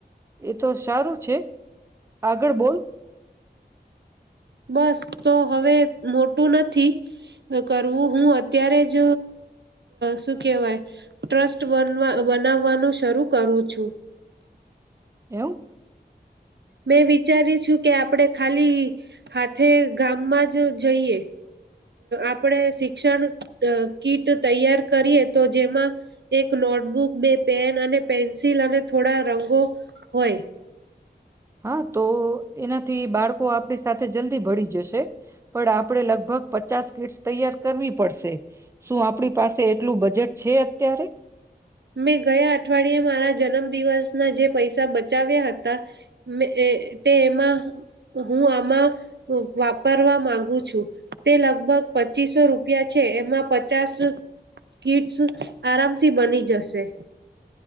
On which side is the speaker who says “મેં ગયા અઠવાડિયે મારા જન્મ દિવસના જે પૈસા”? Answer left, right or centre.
Right